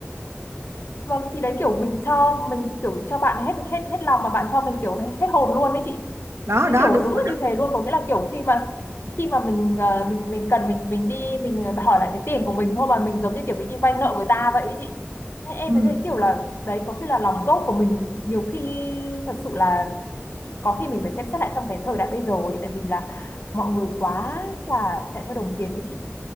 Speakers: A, on the left (about 60°); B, on the right (about 85°).
A: vâng thì đấy kiểu mình cho mình kiểu cho bạn hết hết hết lòng mà bạn cho mình kiểu hết hồn luôn đấy chị
B: đó
A: Cái
B: đó
A: kiểu
B: đúng
A: đúng
B: rồi
A: là
B: đó
A: như thế luôn có nghĩa là kiểu khi mà khi mà mình ờ, mình mình cần mình mình đi mình hỏi lại cái tiền của mình thôi mà mình giống như kiểu mình đi vay nợ người ta vậy ấy chị Thế em
B: ừ.
A: mới thấy kiểu là đấy có khi là lòng tốt của mình nhiều khi thật sự là có khi mình phải xem xét lại trong cái thời đại bây giờ ấy tại vì là mọi người quá là chạy theo đồng tiền ấy chị